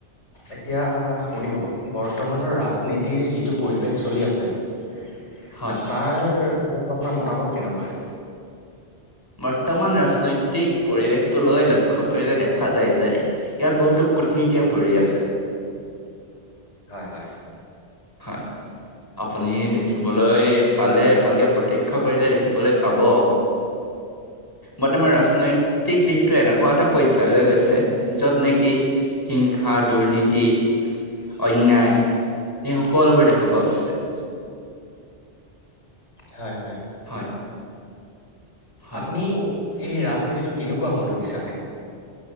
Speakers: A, on the left; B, on the left.
A: এতিয়া শুনিব বৰ্তমানৰ ৰাজনীতিৰ যিটো পৰিৱেশ চলি আছে। হয় <inaudible>
B: হয়।
A: তাৰ ওপৰত আপোনাৰ মতামত কেনেকুৱা।
B: বৰ্তমান ৰাজনৈতিক পৰিৱেশটোলৈ লক্ষ্য কৰিলে দেখা যায় যে। ইয়াত বহুতো কূটনীতিয়ে ভৰি আছে।
A: হয় হয়
B: হয় আপুনি দেখিবলৈ চালে ভালকৈ প্ৰত্যক্ষ কৰিলে দেখিবলৈ পাব।
A: <inaudible>
B: বৰ্তমান ৰাজনৈ তিক দিশটো এনেকুৱা এটা পৰ্যায়লৈ গৈছে, য'ত নেকি হিংসা দুৰ্নীতি অন্যায় এই সকলোবোৰ দেখা পোৱা গৈছে।
A: হয় হয়।
B: হয় হয়
A: আপুনি এই ৰাজনীতিটো কেনেকুৱা হোৱাটো বিচাৰে?